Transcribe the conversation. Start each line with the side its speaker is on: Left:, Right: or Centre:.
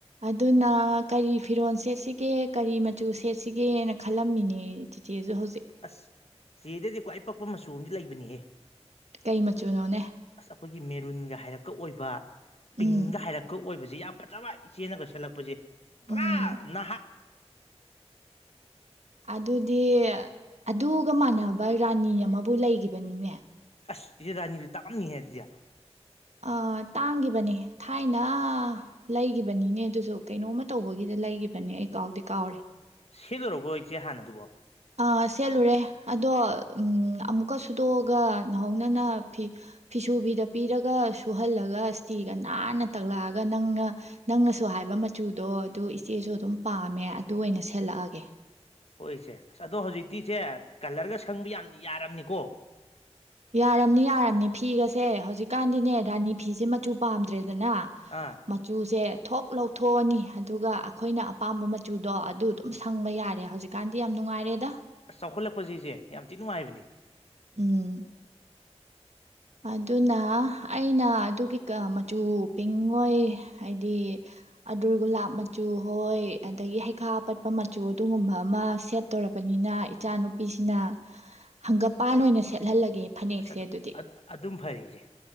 Right: ꯑꯗꯨꯅ ꯀꯔꯤ ꯐꯤꯔꯣꯜ ꯁꯦꯠꯁꯤꯒꯦ ꯀꯔꯤ ꯃꯆꯨ ꯁꯦꯠꯁꯤꯒꯦꯅ ꯈꯜꯂꯝꯃꯤꯅꯦ ꯆꯤꯆꯦꯁꯨ ꯍꯧꯖꯤꯛ
Left: ꯑꯁ ꯁꯤꯗꯗꯤꯀꯣ ꯑ ꯄꯛꯄ ꯃꯆꯨ ꯑ ꯑꯃꯗꯤ ꯂꯩꯕꯅꯤꯍꯦ
Right: ꯀꯩ ꯃꯆꯨꯅꯣꯅꯦ
Left: ꯑꯁ ꯑꯩꯈꯣꯏꯒꯤ ꯃꯦꯔꯨꯟꯒ ꯍꯥꯏꯔꯛꯀ ꯑꯣꯏꯕ
Right: ꯎꯝ
Left: ꯄꯤꯡꯒ ꯍꯥꯏꯔꯛꯀ ꯑꯣꯏꯕ ꯁꯤ ꯌꯥꯝ ꯐꯖꯕ ꯏꯆꯦꯅꯒ ꯁꯦꯠꯂꯛꯄꯁꯦ ꯄꯨꯔꯥ
Right: ꯎꯝ
Left: ꯅꯍꯥꯛ
Right: ꯑꯗꯨꯗꯤ ꯑꯗꯨꯒ ꯃꯥꯟꯅꯕ ꯔꯥꯅꯤ ꯑꯃꯕꯨ ꯂꯩꯈꯤꯕꯅꯤꯅꯦ
Left: ꯑꯁ ꯏꯦ ꯔꯥꯅꯤꯗꯨ ꯇꯥꯛꯑꯝꯅꯤ ꯍꯥꯏ ꯑꯗꯨꯗꯤ
Right: ꯑ ꯇꯥꯡꯈꯤꯕꯅꯦ ꯊꯥꯏꯅ ꯂꯩꯒꯤꯈꯤꯕꯅꯤꯅꯦ ꯑꯗꯨꯁꯨ ꯀꯩꯅꯣꯝꯃ ꯇꯧꯕꯒꯤꯗ ꯂꯩꯈꯤꯕꯅꯦ ꯑꯩ ꯀꯥꯎꯗꯤ ꯀꯥꯎꯔꯦ
Left: ꯁꯦꯗꯧꯔꯕꯣ ꯏꯆꯦ ꯍꯥꯟꯅ ꯑꯗꯨꯕꯣ
Right: ꯑ ꯁꯦꯠꯂꯨꯔꯦ ꯑꯗꯣ ꯑꯃꯨꯛꯀ ꯁꯨꯗꯣꯛꯑꯒ ꯅꯍꯧꯅꯅ ꯐꯤ ꯐꯤꯁꯨꯕꯤꯗ ꯄꯤꯔꯒ ꯁꯨꯍꯜꯂꯒ ꯏꯁꯇꯤꯒ ꯅꯥꯟꯅ ꯇꯛꯂꯛꯑꯒ ꯅꯪꯅ ꯅꯪꯅꯁꯨ ꯍꯥꯏꯕ ꯃꯆꯨꯗꯣ ꯑꯗꯨ ꯏꯆꯦꯁꯨ ꯑꯗꯨꯝ ꯄꯥꯝꯃꯦ ꯑꯗꯨ ꯑꯣꯏꯅ ꯁꯦꯠꯂꯛꯑꯒꯦ
Left: ꯍꯣꯏꯁꯦ ꯑꯁ ꯑꯗꯣ ꯍꯧꯖꯤꯛꯇꯤꯁꯦ ꯀꯂꯔꯒ ꯁꯪꯕ ꯌꯥꯝ ꯌꯥꯔꯝꯅꯤꯀꯣ
Right: ꯌꯥꯔꯝꯅꯤ ꯌꯥꯔꯝꯅꯤ ꯐꯤꯒꯁꯦ ꯍꯧꯖꯤꯛꯀꯥꯟꯗꯤꯅꯦ ꯔꯥꯅꯤ ꯐꯤꯁꯦ ꯃꯆꯨ ꯄꯥꯝꯗ꯭ꯔꯦ ꯑꯗꯨꯅ
Left: ꯑꯥ
Right: ꯃꯆꯨꯁꯦ ꯊꯣꯛ ꯂꯧꯊꯣꯛꯑꯅꯤ ꯑꯗꯨꯒ ꯑꯩꯈꯣꯏꯅ ꯑꯄꯥꯝꯕ ꯃꯆꯨꯗꯣ ꯑꯗꯨ ꯑꯗꯨꯝ ꯁꯪꯕ ꯌꯥꯔꯦ ꯍꯧꯖꯤꯛꯀꯥꯟꯗꯤ ꯌꯥꯝ ꯅꯨꯡꯉꯥꯏꯔꯦꯗ
Left: ꯑꯁ ꯆꯥꯎꯈꯠꯂꯛꯄꯁꯤꯁꯦ ꯌꯥꯝ ꯊꯤ ꯅꯨꯡꯉꯥꯏꯕꯅꯦ
Right: ꯎꯝ ꯑꯗꯨꯅ ꯑꯩꯅ ꯑꯗꯨ ꯀꯀ ꯃꯆꯨ ꯄꯤꯡ ꯍꯣꯏ ꯍꯥꯏꯗꯤ ꯑꯗꯨꯔ ꯒꯨꯂꯥꯞ ꯃꯆꯨ ꯍꯣꯏ ꯑꯗꯒꯤ ꯍꯩꯈꯥ ꯑꯄꯠꯄ ꯃꯆꯨ ꯑꯗꯨꯒꯨꯝꯕ ꯑꯃ ꯁꯦꯠꯇꯧꯔꯕꯅꯤꯅ ꯏꯆꯥꯅꯨꯄꯤꯁꯤꯅ ꯍꯪꯒꯄꯥꯟ ꯑꯣꯏꯅ ꯁꯦꯠꯍꯜꯂꯒꯦ ꯐꯅꯦꯛꯁꯦ
Left: ꯑꯁ ꯑꯗꯨ
Right: ꯑꯗꯨꯗꯤ
Left: ꯑꯗꯨꯝ ꯐꯔꯁꯦ